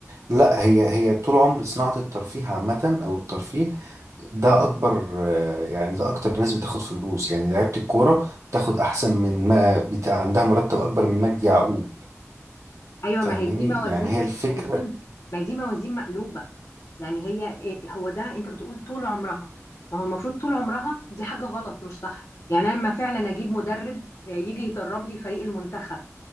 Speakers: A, on the right; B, on the left.
A: لا هي هي طول عمر صناعه الترفيه عامه او الترفيه ده اكبر آه، يعني ده اكتر ناس بتاخد فلوس يعني لعيبه الكوره بتاخد احسن من ما بتاع عندها مرتب اكبر من مجدي يعقوب
B: ايوه
A: فاهماني
B: ما هي دي موازين
A: يعني هي الفكرة
B: ما هي دي ما هي دي موازين مقلوبه يعني هي إيه- هو ده انت بتقول طول عمرها ما هو المفروض طول عمرها دي حاجه غلط مش صح يعني انا لما فعلا اجيب مدرب آه، يجي يدرب لي فريق المنتخب